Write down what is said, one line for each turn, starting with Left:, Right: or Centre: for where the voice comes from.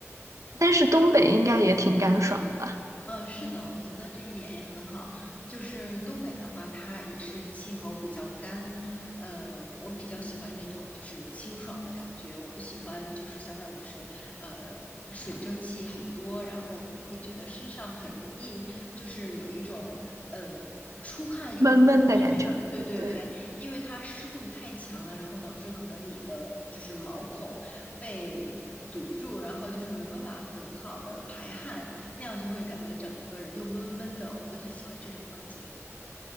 Right: 但是东北应该也挺干爽的吧，
Left: 嗯，是的，我觉得这一点也很好。就是东北的话，它也是气候比较干，呃，我比较喜欢那种就是清爽的感觉，我不喜欢就是相当于是呃水蒸气很多，然后你会觉得身上很容易就是有一种呃出汗又出不去的，
Right: 闷闷的感觉。
Left: 对对对，
Right: 对。
Left: 因为它湿度太强了，然后导致可能你的就是毛孔被堵住，然后就是没办法很好的排汗。那样就会感觉整个人就闷闷的，我不太喜欢这种环境。